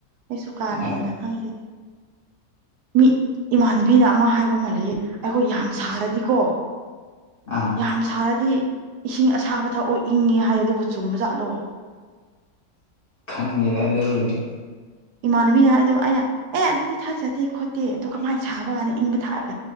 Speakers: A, on the right (about 85°); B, on the left (about 35°).
A: ꯑꯩꯁꯨ ꯀꯥꯅ
B: ꯑꯣ
A: ꯍꯦꯟꯅ ꯈꯪꯗꯦ ꯃꯤ ꯏꯃꯥꯟꯅꯕꯤꯅ ꯑꯃ ꯍꯥꯏꯕ ꯃꯥꯜꯂꯌꯦ ꯑꯩꯈꯣꯏ ꯌꯥꯝ ꯁꯥꯔꯗꯤꯀꯣ
B: ꯑꯥ
A: ꯌꯥꯝ ꯁꯥꯔꯗꯤ ꯏꯁꯤꯡ ꯑꯁꯥꯕ ꯊꯛꯑꯣ ꯏꯪꯉꯦ ꯍꯥꯏ ꯑꯗꯨꯕꯨ ꯆꯨꯝꯕꯖꯥꯠꯂꯣ
B: ꯈꯪꯉꯦꯔ ꯑꯗꯨꯕꯨꯗꯤ
A: ꯏꯃꯥꯟꯅꯕꯤꯅ ꯍꯥꯏꯗ ꯑꯩꯅ ꯑꯦ ꯑꯗꯨꯗꯤ ꯊꯥꯆꯗꯦ ꯈꯣꯠꯇꯦ ꯑꯗꯨ ꯀꯃꯥꯏꯅ ꯁꯥꯕ ꯀꯥꯟꯗ ꯏꯪꯕ ꯊꯥꯛꯑꯒꯦ